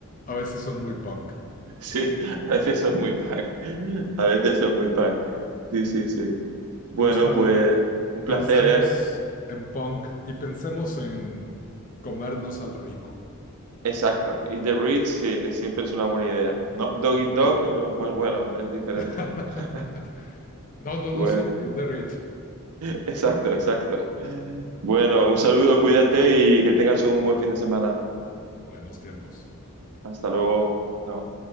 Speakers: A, on the left (about 35°); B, on the right (about 80°).
A: A veces son muy punk.
B: <laughs> Sí, a veces son muy punk. A veces
A: <laughs>
B: son muy punk. Sí, sí, sí. Bueno,
A: Gustavo.
B: pues un placer,
A: Pensemos
B: ¿eh?
A: en punk y pensemos en comernos al rico.
B: Exacto. Eat the Rich sí, siempre es una buena idea, ¿no? Dog Eat Dog,
A: Sí.
B: no, pues bueno, es diferente.
A: <laughs>
B: <laughs>
A: No, no,
B: Bueno,
A: no, sí. Eat the rich.
B: exacto, exacto. Bueno, un saludo, cuídate y que tengas un buen fin de semana.
A: Buenos tiempos.
B: Hasta luego. Chao.